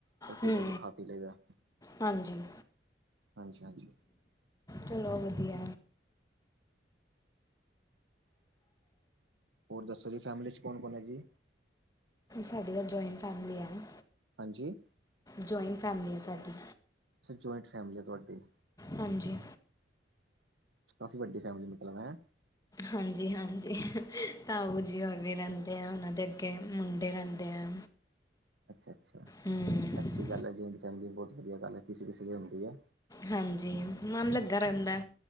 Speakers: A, on the right; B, on the left.
A: ਉੱਥੇ
B: ਹੂੰ
A: ਬਹਿ ਕੇ ਖਾ ਪੀ ਲਈ ਦਾ,
B: ਹਾਂਜੀ
A: ਹਾਂਜੀ-ਹਾਂਜੀ।
B: ਚਲੋ ਵਧੀਆ।
A: ਹੋਰ ਦਸੋ ਜੀ ਫੈਮਲੀ ਚ ਕੌਣ-ਕੌਣ ਹੈ ਜੀ?
B: ਸਾਡੀ ਤਾਂ ਜੋਇੰਟ ਫੈਮਿਲੀ ਹੈ ਨਾ।
A: ਹਾਂਜੀ।
B: ਜੋਇੰਟ ਫੈਮਿਲੀ ਐ ਸਾਡੀ।
A: ਅੱਛਾ, ਜੋਇੰਟ ਫੈਮਲੀ ਆ ਤੁਹਾਡੀ।
B: ਹਾਂਜੀ।
A: ਕਾਫੀ ਵੱਡੀ ਫੈਮਿਲੀ ਮਤਲਬ ਹੈ।
B: ਹਾਂਜੀ-ਹਾਂਜੀ, ਤਾਉ ਜੀ ਹੋਰ ਵੀ ਰਹਿੰਦੇ ਆ ਉਹਨਾਂ ਦੇ ਅੱਗੇ ਮੁੰਡੇ ਰਹਿੰਦੇ ਆ
A: ਅੱਛਾ-ਅੱਛਾ, ਅ
B: ਹੂੰ
A: ਅੱਛੀ ਗੱਲ ਐ, ਜੋਇੰਟ ਫੈਮਿਲੀ ਬਹੁਤ ਵਧੀਆ ਗੱਲ ਕਿਸੇ-ਕਿਸੇ ਦੀ ਹੁੰਦੀ ਐ।
B: ਹਾਂਜੀ, ਮਨ ਲੱਗਾ ਰਹਿੰਦਾ,